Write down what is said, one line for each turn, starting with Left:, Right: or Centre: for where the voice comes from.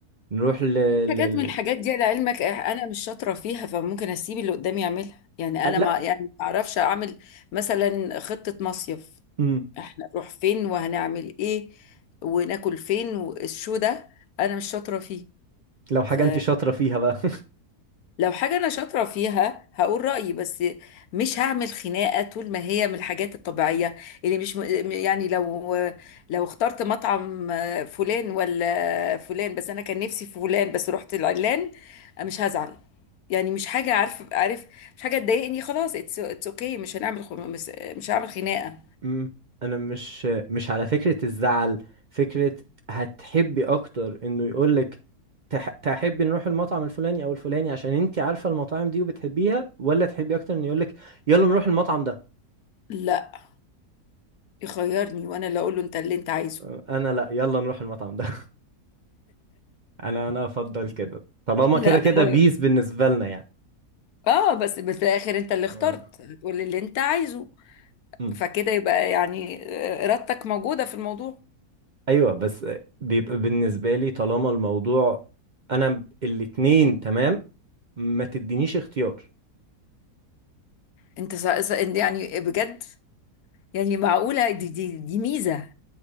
Right: نروح ل...
Left: حاجات
Right: لل...
Left: من الحاجات دي لعلمك أنا مش شاطرة فيها فممكن أسيب اللي قدامي يعملها يعني
Right: آه
Left: أنا
Right: لا
Left: ما يعني ما أعرفش أعمل مثلا خطة مصيف
Right: مم.
Left: احنا نروح فين وهنعمل ايه وناكل فين والشو ده انا مش شاطره فيه
Right: لو حاجة
Left: فلو
Right: انت شاطرة فيها بقى <laughs>
Left: حاجه انا شاطره فيها هقول رايي بس مش هعمل خناقه طول ما هي من الحاجات الطبيعيه اللي مش م- يعني لو لو اخترت مطعم فلان ولا فلان بس انا كان نفسي في فلان بس رحت العلان مش هزعل يعني مش حاجه عارف عارف مش حاجه تضايقني خلاص اتس اتس اوكي مش هنعمل خ- مش مش هعمل خناقه
Right: مم. انا مش مش على فكرة الزعل فكرة هتحبي اكتر انه يقولك تح... تحبي نروح المطعم الفلاني او الفلاني عشان انت عارفة المطاعم دي وبتحبيها ولا تحبي اكتر انه يقولك يلا نروح المطعم ده
Left: لا يخيرني وانا اللي اقول له انت اللي انت عايزه
Right: آه، انا لا يلا نروح المطعم ده انا انا افضل كده طالما
Left: لا
Right: كده كده
Left: هو
Right: بيس بالنسبه لنا يعني
Left: اه بس في الاخر انت اللي اخترت
Right: آه.
Left: هتقول اللي انت عايزه
Right: مم.
Left: فكده يبقى يعني آه، ارادتك موجودة في الموضوع
Right: ايوه بس بيبقى بالنسبه لي طالما الموضوع انا ب- الاتنين تمام ما تدينيش اختيار
Left: انت سا... سا... إنت يعني بجد يعني معقولة دي دي دي ميزة